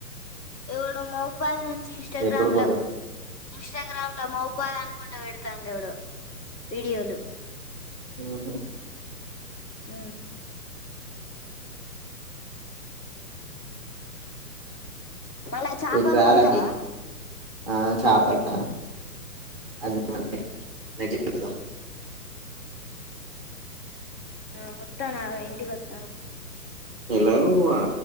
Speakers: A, on the left; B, in the centre.
A: ఎవడొ మొబైల్ నుంచి ఇన్స్టాగ్రామ్ల
B: ఎప్పుడు పోదాం
A: ఇన్స్టాగ్రామ్ లో మొబాయ్ల్ అనుకుంటా పెడతాండు ఎవడొ వీడియోలు
B: ఎవలు
A: మ్ బలె చాపలు
B: ఇటు రాలకి
A: కొంటవ
B: ఆ చాపలా అవి <unintelligible>
A: ఆ ఒత్తాన ఆగు ఇంటికి ఒత్తాన
B: ఎలాగో ఆ